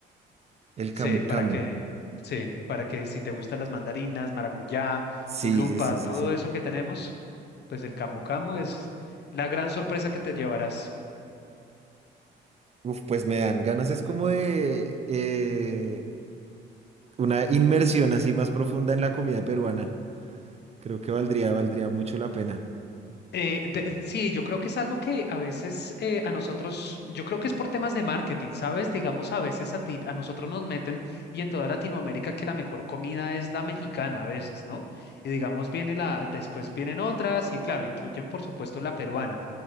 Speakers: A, on the right; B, on the left.
A: El
B: Sí,
A: camu
B: para
A: camu.
B: que, sí, para que si te gustan las mandarinas, maracuyá,
A: Sí,
B: ulupa,
A: sí, sí,
B: todo
A: sí, sí.
B: eso que tenemos, pues el camu camu es la gran sorpresa que te llevarás.
A: Uf, pues me dan ganas, es como de eh, una inmersión así más profunda en la comida peruana. Creo que valdría, valdría mucho la pena.
B: Eh, de- eh, sí, yo creo que es algo que a veces eh, a nosotros, yo creo que es por temas de marketing, ¿sabes? Digamos, a veces a ti, a nosotros nos meten y en toda Latinoamérica que la mejor comida es la mexicana a veces, ¿no? Y digamos, viene la, después vienen otras y claro, incluyen por supuesto la peruana.